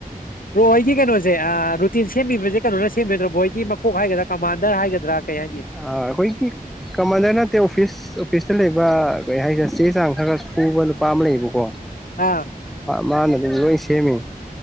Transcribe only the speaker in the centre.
ꯑ ꯑꯩꯈꯣꯏ ꯒꯤ ꯀꯃꯟꯗ ꯅꯠꯇꯦ ꯑꯣꯐꯤꯁ ꯑꯣꯐꯤꯁꯇ ꯂꯩꯕ ꯀꯩ ꯍꯥꯏꯁꯤꯔꯥ ꯆꯦ ꯆꯥꯡ ꯈꯔ ꯈꯔ ꯁꯨꯕ ꯅꯨꯨꯄꯥ ꯑꯃ ꯂꯩꯌꯦꯕꯀꯣ
ꯃꯥꯅꯅꯤ ꯂꯣꯏ ꯁꯦꯝꯃꯤꯅꯤ